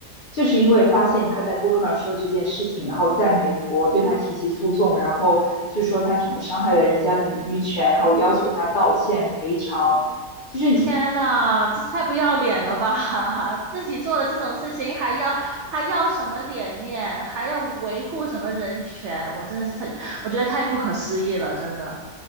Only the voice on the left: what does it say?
就是因为发现他在播客上说的这件事情，然后在美国对他提起诉讼，然后就说他什么伤害了人家的名誉权，然后要求他道歉赔偿，就是